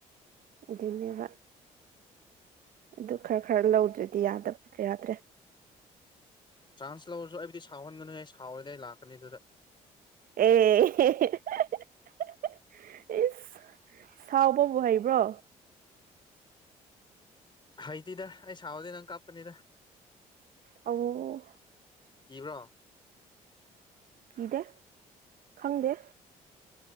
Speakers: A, on the right; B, on the left.
A: ꯑꯗꯨꯅꯦꯕ ꯑꯗꯨ ꯈꯔ ꯈꯔ ꯂꯧꯗ꯭ꯔꯗꯤ ꯌꯥꯗꯕ ꯌꯥꯗ꯭ꯔꯦ
B: ꯆꯥꯟꯁ ꯂꯧꯔꯁꯨ ꯑꯩꯕꯨꯗꯤ ꯁꯥꯎꯍꯟꯒꯅꯨꯍꯦ ꯁꯥꯎꯔꯗꯤ ꯑꯩ ꯂꯥꯛꯀꯅꯤ ꯑꯗꯨꯗ
A: ꯑꯦ ꯏꯁ ꯁꯥꯎꯕꯕꯨ ꯍꯩꯕ꯭ꯔꯣ
B: ꯍꯩꯇꯦꯗ ꯑꯩ ꯁꯥꯎꯔꯗꯤ ꯅꯪ ꯀꯄꯀꯅꯤꯗ
A: ꯑꯣ
B: ꯀꯤꯕ꯭ꯔꯣ
A: ꯀꯤꯗꯦ ꯈꯪꯗꯦ